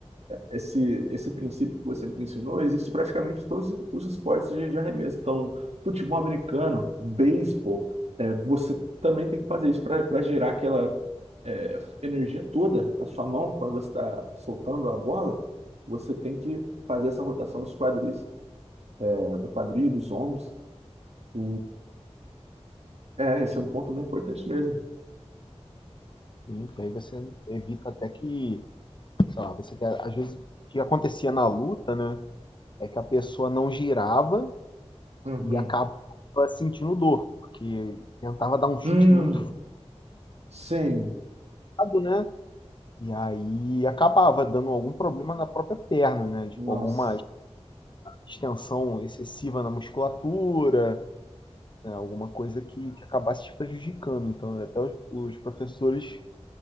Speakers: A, on the right; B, on the left.
A: esse, esse princípio que você me ensinou existe praticamente em todos os esportes de, de arremesso. Então, futebol americano, beisebol, é, você também tem que fazer isso para gerar aquela é, energia toda na sua mão quando você está soltando a bola. Você tem que fazer essa rotação dos quadris, é, do quadril, dos ombros. E, é, esse é um ponto muito importante mesmo.
B: E aí você evita até que, sei lá, você quer, às vezes o que acontecia na luta, né? é que a pessoa não girava
A: Uhum.
B: e acabava sentindo dor, porque tentava dar um chute
A: Hum,
B: muito
A: sim.
B: forçado, né? E aí acabava dando algum problema na própria perna, né? Tipo,
A: Nossa.
B: alguma extensão excessiva na musculatura, né? alguma coisa que, que acabasse te prejudicando. Então, até os, os professores